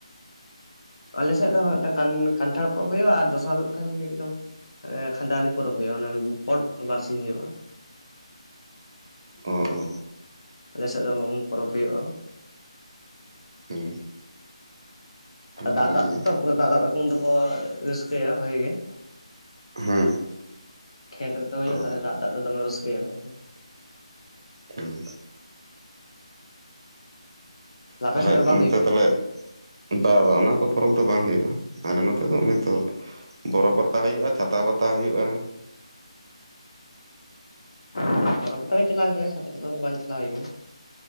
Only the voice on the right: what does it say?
ᱚ ᱚ,
ᱦᱩᱸ
ᱵᱷᱟᱞᱮ
ᱜᱮ
ᱦᱩᱸ,
ᱦᱩᱸ ᱚ
ᱦᱮᱸ,
ᱛᱟᱦᱞᱮ
ᱚᱱᱛᱮ
ᱛᱟᱞᱮ ᱵᱟ ᱵᱟ ᱚᱱᱟ ᱠᱚ ᱯᱚᱨᱚᱵᱽ ᱫᱚ ᱵᱟᱝ ᱦᱩᱭᱩᱜᱼᱟ ᱟᱞᱮ ᱱᱚᱛᱮ ᱫᱚ ᱚᱱᱮ ᱛᱚ, ᱵᱚᱨᱚ ᱯᱟᱛᱟ ᱦᱩᱭᱩᱜᱼᱟ ᱪᱷᱟᱛᱟ ᱯᱟᱛᱟ ᱦᱩᱭᱩᱜᱼᱟ᱾